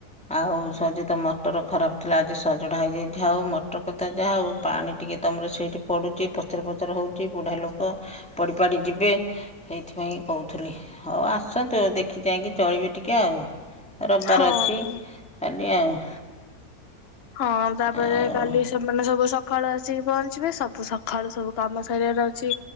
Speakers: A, in the centre; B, on the left (about 45°).
A: ଆଉ ସହଜେ ତ ମଟର ଖରାପ ଥିଲା ଆଜି ସଜଡା ହେଇଯାଇ ଥାଉ। ମଟର କଥା ଯାହା ହଉ ପାଣି ଟିକେ ତମର ସେଇଠି ପଡ଼ୁଚି, ପଚର ପଚର ହଉଛି, ବୁଢ଼ା ଲୋକ, ପଡ଼ିପାଡ଼ି ଯିବେ ସେଇଥିପାଇଁକି କହୁଥିଲି। ହଉ ଆସନ୍ତୁ, ଦେଖି ଚାହିଁକି ଚଳିବେ ଟିକେ ଆଉ। ରବିବାର
B: ହଁ।
A: ଅଛି, କାଲି ଆଉ।
B: ହଁ, ତାପରେ
A: ଆଉ
B: କାଲି ସେମାନେ ସବୁ ସକ ସକାଳୁ ଆସିକି ପହଞ୍ଚିବେ, ସବୁ ସଖାଳୁ ସବୁ କାମ ସାରିଆର ଅଛି,